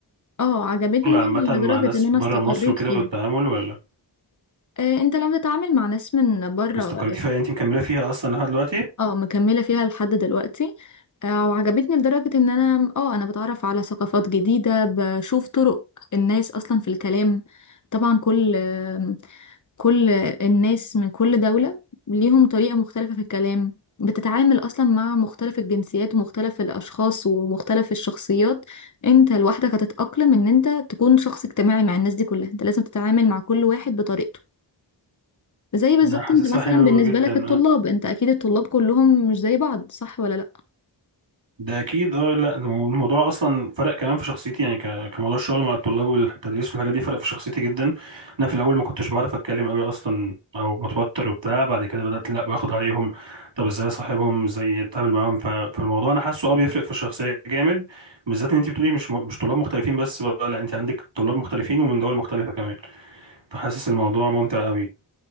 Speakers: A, on the left; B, on the right.
A: اه عجبتني
B: عامه مع
A: لدرجة
B: ناس
A: ان انا
B: بره
A: استقريت
B: مصر وكده
A: فيها
B: والتعامل ولا
A: آه، انت لما تتعامل مع ناس من بره
B: استقريتي فيها انت مكمله فيها اصلا لحد دلوقتي
A: اه مكملة فيها لحد دلوقتي آه، وعجبتني لدرجة ان انا اه انا بتعرف على ثقافات جديدة بشوف طرق الناس اصلا في الكلام طبعا كل آم، كل الناس من كل دولة ليهم طريقة مختلفة في الكلام بتتعامل أصلا مع مختلف الجنسيات ومختلف الأشخاص ومختلف الشخصيات انت لوحدك هتتأقلم ان انت تكون شخص اجتماعي مع الناس دي كلها انت لازم تتعامل مع كل واحد بطريقته زي بالظبط
B: انا حاسسها
A: انت مثلا
B: حلو
A: بالنسبة
B: جدا
A: لك الطلاب انت اكيد الطلاب كلهم مش زي بعض صح ولا لا
B: ده اكيد اه لا الموضوع اصلا فرق كمان في شخصيتي يعني ك- كموضوع الشغل مع الطلاب والتدريس والحاجات دي فرق في شخصيتي جدا انا في الاول ما كنتش بعرف اتكلم قوي اصلا او بتوتر وبتاع بعد كده بدات لا باخد عليهم طب ازاي اصاحبهم ازاي اتعامل معاهم ف- فالموضوع انا حاسه اه بيفرق في الشخصيه جامد بالذات ان انت بتقولي مش م- مش طلاب مختلفين بس بقى لا انت عندك طلاب مختلفين ومن دول مختلفه كمان فحاسس الموضوع ممتع قوي